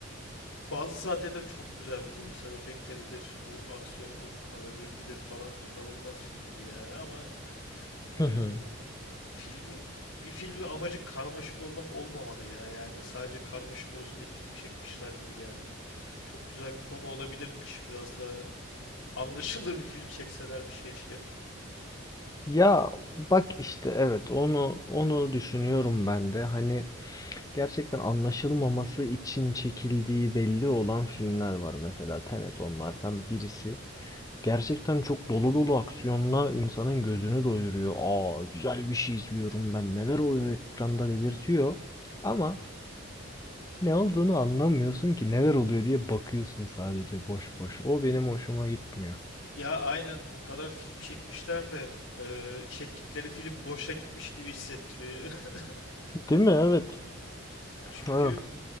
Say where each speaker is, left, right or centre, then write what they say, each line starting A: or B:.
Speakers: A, on the left; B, on the left.
A: bazı sahneleri çok güzeldi. Görsel efektleridir. Bu aksiyondur, koreografidir falan. inanılmaz filmdi yani ama
B: Hı
A: e,
B: hı.
A: filmin bir filmin amacı karmaşık olmak olmamalı ya. Yani sadece karmaşık olsun diye film çekmişler gibi geldi. Çok güzel bir konu olabilirmiş. Biraz da anlaşılır bir film çekselermiş keşke.
B: Ya bak işte evet onu onu düşünüyorum ben de. Hani gerçekten anlaşılmaması için çekildiği belli olan filmler var mesela Tenet onlardan birisi. Gerçekten çok dolu dolu aksiyonla insanın gözünü doyuruyor. Aa güzel bir şey izliyorum ben. Neler oluyor ekranda dedirtiyor. Ama Ne olduğunu anlamıyorsun ki neler oluyor diye bakıyorsun sadece boş boş. O benim hoşuma gitmiyor.
A: Ya aynen bu kadar film çekmişler de eee, çektikleri film boşa gitmiş gibi hissettiriyor. <laughs>
B: Değil mi? Evet.
A: Çünkü
B: Ha.